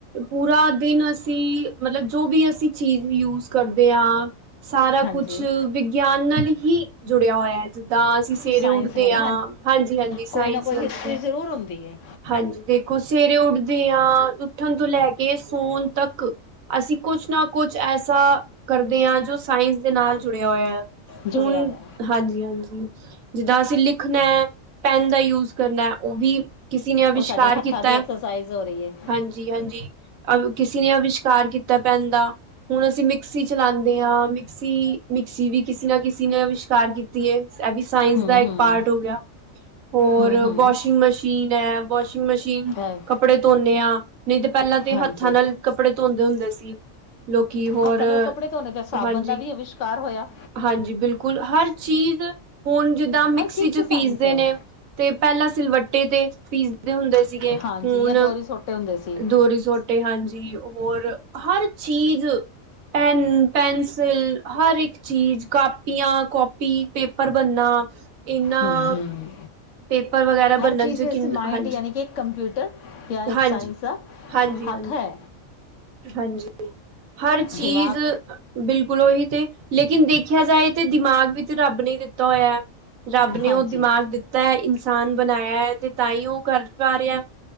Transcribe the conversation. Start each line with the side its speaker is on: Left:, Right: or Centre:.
Right: ਪੂਰਾ ਦਿਨ ਅਸੀਂ ਮਤਲਬ ਜੋ ਵੀ ਅਸੀਂ ਚੀਜ਼ ਯੂਜ ਕਰਦੇ ਆਂ। ਸਾਰਾ
Left: ਹਾਂਜੀ
Right: ਕੁਝ ਵਿਗਿਆਨ ਨਾਲ ਹੀ ਜੁੜਿਆ ਹੋਇਆ ਜਿੱਦਾਂ ਅਸੀਂ। ਸਵੇਰੇ
Left: ਸਾਇੰਸ
Right: ਉੱਠਦੇ
Left: ਨਾਲ
Right: ਆ ਹਾਂਜੀ ਹਾਂਜੀ ਸਾਇੰਸ
Left: ਕੋਈ ਨਾ ਕੋਈ
Right: ਲੱਗਦੇ।
Left: ਹਿਸਟਰੀ ਜ਼ਰੂਰ ਹੁੰਦੀ ਹੈ
Right: ਹਾਂਜੀ ਦੇਖੋ, ਸਵੇਰੇ ਉੱਠਦੇ ਹਾਂ ਉੱਠਣ ਤੋਂ ਲੈ ਕੇ ਸੋਣ ਤੱਕ। ਅਸੀਂ ਕੁਝ ਨਾ ਕੁਝ ਐਸਾ ਕਰਦੇ ਆਂ ਜੋ ਸਾਇੰਸ ਦੇ ਨਾਲ ਜੁੜਿਆ ਹੋਇਆ।
Left: ਜੁੜਿਆ
Right: ਹੁਣ
Left: ਦਾ
Right: ਹਾਂਜੀ, ਹਾਂਜੀ। ਜਿੱਦਾਂ ਅਸੀਂ ਲਿਖਣਾ ਹੈ ਪੈਨ ਦਾ ਯੂਜ ਕਰਨਾ ਹੈ। ਉਹ ਵੀ ਕਿਸੇ ਨੇ ਅਵਿਸ਼ਕਾਰ
Left: ਉਹ ਸਾਡੇ ਹੱਥਾਂ
Right: ਕੀਤਾ
Left: ਦੀ
Right: ਹੈ।
Left: ਐਕਸਰਸਾਈਜ਼ ਹੋ ਰਹੀ ਹੈ
Right: ਹਾਂਜੀ, ਹਾਂਜੀ। ਅ ਕਿਸੇ ਨੇ ਅਵਿਸ਼ਕਾਰ ਕੀਤਾ ਪੈਂਨ ਦਾ। ਹੁਣ ਅਸੀਂ ਮਿਕਸੀ ਚਲਾਉਂਦੇ ਆ ਮਿਕਸੀ ਮਿਕਸੀ ਵੀ ਕਿਸੇ ਨਾ ਕਿਸੇ ਨੇ ਅਵਿਸ਼ਕਾਰ ਕੀਤੀ ਏ। ਇਹ ਵੀ ਸਾਇੰਸ
Left: ਹੂੰ
Right: ਦਾ ਇੱਕ
Left: ਹੂੰ
Right: ਪਾਰਟ ਹੋ ਗਿਆ। ਹੋਰ
Left: ਹੂੰ ਹੂੰ
Right: ਵਾਸ਼ਿੰਗ ਮਸ਼ੀਨ ਹੈ ਵਾਸ਼ਿੰਗ ਮਸ਼ੀਨ।
Left: ਅ
Right: ਕੱਪੜੇ ਧੋਦੇ ਹਾਂ ਨਹੀਂ ਤਾਂ ਪਹਿਲਾਂ ਤੇ
Left: ਹਾਂਜੀ
Right: ਹੱਥਾਂ ਨਾਲ ਕੱਪੜੇ ਧੋਂਦੇ ਹੁੰਦੇ ਸੀ। ਲੋਕੀ। ਹੋਰ
Left: ਹੱਥਾਂ ਨਾਲ ਕੱਪੜੇ ਧੋਣੇ ਤੇ ਸਾਬਣ
Right: ਹਾਂਜੀ
Left: ਦਾ ਵੀ ਅਵਿਸ਼ਕਾਰ ਹੋਇਆ।
Right: ਹਾਂਜੀ ਬਿਲਕੁਲ, ਹਰ ਚੀਜ਼ ਹੋਣ ਜਿੱਦਾਂ ਮਿਕਸੀ
Left: ਹਰ ਚੀਜ਼
Right: ਚ ਪੀਸਦੇ
Left: ਸਾਇੰਸ ਹੈ
Right: ਨੇ। ਤੇ ਪਹਿਲਾਂ ਸਿਲਵੱਟੇ ਤੇ ਪੀਸਦੇ ਹੁੰਦੇ ਸੀਗੇ
Left: ਹਾਂਜੀ
Right: ਹੁਣ
Left: ਜਾਂ ਦੋਹਰੀ ਸੋਟੇ ਹੁੰਦੇ ਸੀ
Right: ਡੋਰੀ ਸੋਟੇ। ਤੇ ਹਾਂਜੀ ਹੋਰ ਹਰ ਚੀਜ਼। ਪੈਨ ਪੈਨਸਿਲ ਹਰ ਇੱਕ ਚੀਜ਼। ਕਾਪੀਆਂ- ਕੋਪੀ ਪੇਪਰ ਬਣਨਾ। ਇਹਨਾਂ
Left: ਹੂੰ, ਹੂੰ।
Right: ਪੇਪਰ ਵਗੈਰਾ ਬਣਨ
Left: ਹਰ ਚੀਜ਼
Right: ਚ ਕਿੰਨ
Left: ਸਮਾਈੰਡ
Right: ਹਾਂਜੀ
Left: ਯਾਨੀ ਕਿ ਇੱਕ ਕੰਪਿਊਟਰ ਜਾਂ ਇੱਕ
Right: ਹਾਂਜੀ,
Left: ਸਾਇੰਸ ਦਾ।
Right: ਹਾਂਜੀ, ਹਾਂਜੀ,
Left: ਹੱਥ ਹੈ
Right: ਹਾਂਜੀ ਹਰ ਚੀਜ਼
Left: ਦਿਮਾਗ
Right: ਬਿਲਕੁਲ ਉਹੀ ਤੇ ਲੇਕਿਨ ਦੇਖਿਆ ਜਾਏ ਤੇ ਦਿਮਾਗ ਵਿੱਚ ਰੱਬ ਨੇ ਦਿੱਤਾ ਹੋਇਆ। ਰੱਬ ਨੇ
Left: ਹਾਂਜੀ
Right: ਉਹ ਦਿਮਾਗ ਦਿੱਤਾ ਹੈ ਇਨਸਾਨ ਬਣਾਇਆ ਹੈ ਤੇ ਤਾਂ ਹੀ ਉਹ ਕਰ ਪਾ ਰਿਹਾ।